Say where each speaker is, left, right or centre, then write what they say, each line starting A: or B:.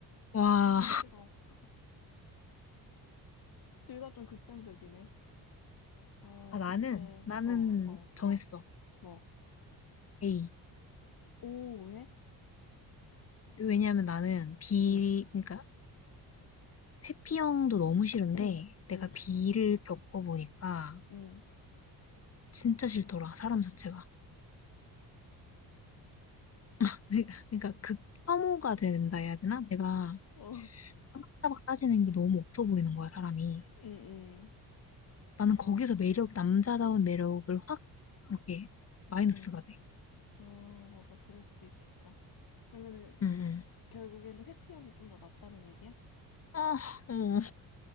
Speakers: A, on the left; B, on the left.
A: 와,
B: 아, 둘 다 싫어. 둘 다 좀 극단적이네. 아,
A: 아, 나는,
B: 근데,
A: 나는
B: 어, 어,
A: 정했어.
B: 뭐,
A: A.
B: 오해?
A: 왜냐면 나는 B,
B: 응,
A: 그러니까 회피형도 너무 싫은데
B: <clears throat> 응,
A: 내가 B를 겪어보니까
B: 응,
A: 진짜 싫더라, 사람 자체가. <laughs> 그러니까 극 혐오가 된다 해야 되나? 내가
B: 어, 응,
A: 따박따박 따지는 게 너무 없어 보이는 거야, 사람이.
B: 응,
A: 나는
B: 아,
A: 거기서 매력, 남자다운 매력을 확, 이렇게, 마이너스가
B: 응,
A: 돼.
B: 아, 맞아, 그럴 수도 있겠다. 그러면은,
A: 응, 응.
B: 결국에는 회피형이 좀 더 낫다는 얘기야?
A: 아, 어,